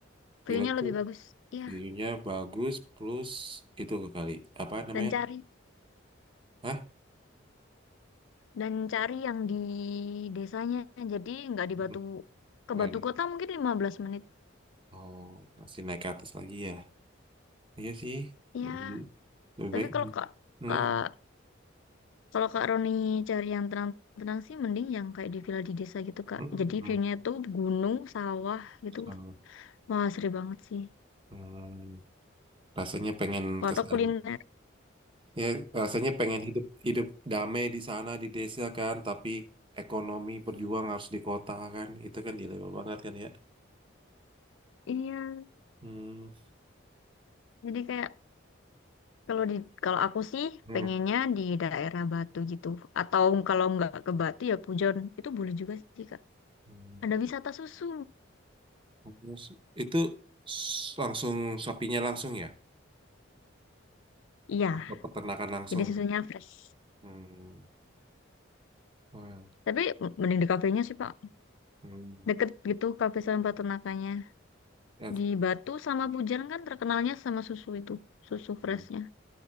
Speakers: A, on the right; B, on the left.
A: villa
B: view-nya
A: tuh
B: lebih bagus ya
A: view-nya bagus plus itu ke kali apa namanya
B: dan cari
A: Hah?
B: dan cari yang di desanya jadi nggak di
A: Hmm,
B: Batu ke
A: nggak
B: Batu
A: di-
B: Kota mungkin lima belas menit
A: Oh, masih naik ke atas lagi ya. Iya sih,
B: ya
A: lebih, lebih
B: tapi
A: baik.
B: kalau
A: Hmm.
B: kak
A: hmm.
B: kak kalau kak Roni cari yang tenang-tenang sih mending yang kayak di villa di desa gitu kak
A: Mm-mm.
B: jadi view-nya tuh gunung sawah gitu
A: So,
B: wah seru banget sih
A: hmm, rasanya pengen
B: Wah,
A: ke
B: atau
A: sana.
B: kuliner <laughs>
A: Ya, rasanya pengen hidup hidup damai di sana di desa kan, tapi ekonomi berjuang harus di kota kan. Itu kan dilema banget kan ya.
B: Iya,
A: Hmm.
B: jadi kayak kalau di kalau aku sih
A: Hmm.
B: pengennya di daerah Batu gitu. Atau kalau nggak ke Batu ya Pujon. Itu boleh juga sih Kak.
A: Hmm.
B: Ada wisata susu.
A: Terus itu s- langsung sapinya langsung ya
B: Iya,
A: atau peternakan langsung.
B: jadi susunya
A: ya?
B: fresh.
A: Hmm. Wah.
B: Tapi m- mending di kafenya sih, Pak.
A: Hmm.
B: Deket gitu kafe sama peternakannya.
A: Ya,
B: Di Batu sama Pujan kan terkenalnya sama susu itu, susu
A: hmm.
B: freshnya.